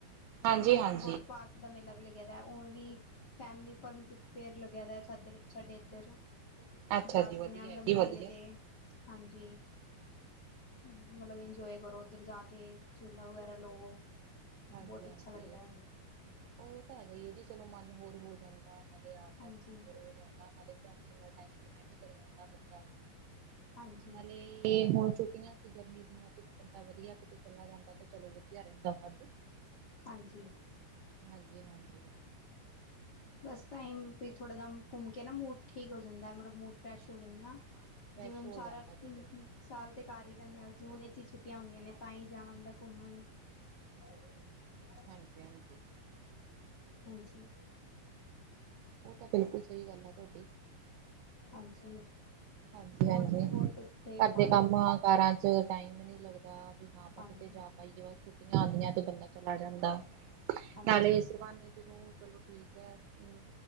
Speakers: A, on the right; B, on the left.
A: ਹਾਂਜੀ
B: ਮਤਲਬ
A: ਹਾਂਜੀ
B: ਇਧਰ ਵੋਟਰ ਪਾਰਕ ਦਾ ਮੇਲਾ ਵੀ ਲੱਗਿਆ ਦਾ ਉਵੇ ਵੀ ਫੈਮਿਲੀ ਫਰਨ ਫੇ ਫੇਅਰ ਲੱਗਿਆ ਦਾ ਸਾਡ ਸਾਡੇ ਇੱਧਰ
A: ਅੱਛਾ
B: ਜਾ
A: ਜੀ
B: ਸਕਣੇ
A: ਵਧੀਆ
B: ਆ ਮਤਲਬ
A: ਜੀ
B: ਮੇਲੇ
A: ਵਧੀਆ
B: ਤੇ ਹਾਂਜੀ। ਮਤਲਬ ਇੰਜੋਏ ਕਰੋ ਉੱਧਰ ਜਾ ਕੇ ਝੁਲਾ ਵਗੈਰਾ ਲਓ।
A: ਹਾਂਜੀ
B: ਬਹੁਤ
A: ਹਾਂਜੀ
B: ਅੱਛਾ ਲੱਗਦਾ ਹਲੇ।
A: ਉਹ ਤਾਂ ਹੈਗਾ ਈ ਐ ਜੀ ਚਲੋ ਮਨ ਹੋਰ ਹੋ ਜਾਂਦਾ ਨਾਲੇ ਆਪ
B: ਹਾਂਜੀ।
A: <unintelligible> ਨਾਲੇ ਫੈਮਲੀ ਨਾਲ ਟਾਇਮ ਸਪੈਂਡ ਕਰ ਲੈਂਦਾ ਬੰਦਾ।
B: ਹਾਂਜੀ
A: ਨਾਲੇ ਹੁਣ ਛੁੱਟੀਆਂ ਸੀ ਗਰਮੀ ਦੀਆਂ ਤੇ ਇਕ ਬੰਦਾ ਵਧੀਆ ਕਿਤੇ ਚਲਾ ਜਾਂਦਾ ਤੇ ਚਲੋ ਵਧੀਆ ਰਹਿੰਦਾ ਸਭ
B: ਹਾਂਜੀ,
A: ਹਾਂਜੀ ਹਾਂਜੀ।
B: ਬਸ ਟਾਈਮ ਪੇ ਥੋੜਾ ਜਿਆ ਘੁੰਮ ਕੇ ਨਾ ਮੂਡ ਠੀਕ ਹੋ ਜਾਂਦਾ ਏ ਮਤਲਬ ਮੂਡ ਫਰੈਸ਼ ਹੋ ਜਾਂਦਾ ਨਾ।
A: ਫਰੈਸ਼
B: ਜਿਵੇਂ ਹੁਨ
A: ਹੋ
B: ਸਾਰਾ
A: ਜਾਂਦਾ ਫਿਰ
B: ਸਾਲ ਤੇ ਘਰ ਹੀ ਰਹਿੰਣੇ ਹਾਂ ਜੂਨ ਵਿੱਚ ਹੀ ਛੁੱਟੀਆਂ ਹੁੰਦੀਆਂ ਨੇ ਤਾਂ ਹੀ ਜਾਣਾ ਹੁੰਦਾ ਘੁੰਮਣ। <inaudible>
A: ਹਾਂਜੀ ਹਾਂਜੀ।
B: ਹਾਂਜੀ।
A: ਉਹ ਤਾਂ ਬਿਲਕੁਲ ਸਹੀ ਗੱਲ ਆ ਤੁਹਾਡੀ।
B: ਹਾਂਜੀ
A: ਹਾਂਜੀ
B: ਹੋਰ
A: ਹਾਂਜੀ
B: ਵੀ ਬਹੁਤ ਇੱਥੇ
A: ਘਰ
B: ਪਾਰਕ
A: ਦੇ ਕੰਮ ਕਾਰਾਂ ਚ ਟਾਈਮ ਹੀ ਨੀ ਲੱਗਦਾ ਵੀ ਹਾਂ ਆਪਾਂ
B: ਹਾਂਜੀ
A: ਕਿਤੇ ਜਾ ਪਾਈਏ ਬਸ ਛੁੱਟੀਆਂ ਆਂਦੀਆਂ ਤੇ ਬੰਦਾ ਚਲਾ ਜਾਂਦਾ
B: ਹਾਂਜੀ
A: ਨਾਲੇ ਇਸ ਬਹਾਨੇ ਜਦੋਂ ਚਲੋ ਠੀਕ <unintelligible>